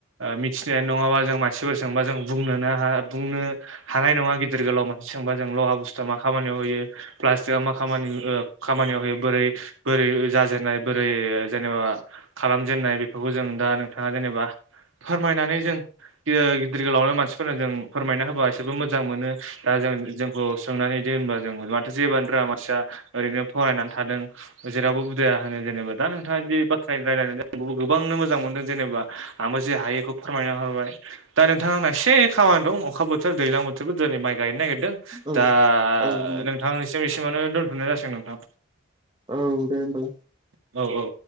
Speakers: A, on the right; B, on the right.
A: मिथिनाय नङाबा जों मानसिफोर सोंबा जों बुंनो बुंनो हानाय नङा गेदेर गोलाव मानसि सोंबा जों लहा बुुसतुआ मा खामानियाव होयो प्लासटिक आ मा खामनि ओ खामानियाव होयो बोरै बोरै जाजेननाय बोरै जेनेबा खालामजेननाय बेफोरखौ जों दा नोंथाङा जेनेबा फोरमायनानै जों गिदिर गोलावनो मानसिफोरनो जों फोरमायना होबा एसेबो मोजां मोनो दा जों जोंखौ सोंनानै होनबा जों माथो जेबोआनो रोङा मानसिया ओरैनो फरायनानै थादों जेरावबो उदाया होनो जेनेबा दा नोंथा बिदि बाथ्रा <unintelligible> गोबांनो मोजां मोनदों जेनेबा आंबो जे हायो बेखौ फोरमायना होबाय दा नोंथां आंना एसे खामानि दं अखा बोथोर दैजां बोथोरबो दिनै माइ गायनो नागिरदों
B: औ
A: दा
B: औ नंगौ
A: नोंथांनिसिम एसेमावनो दोन्थ'नाय जासिगोन नोंथां
B: औ दे होमबालाय
A: औ औ